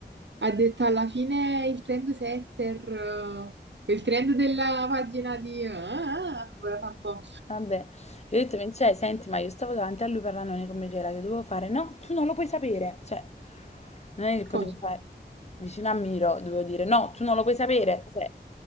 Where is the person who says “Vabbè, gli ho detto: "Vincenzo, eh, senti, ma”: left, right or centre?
Left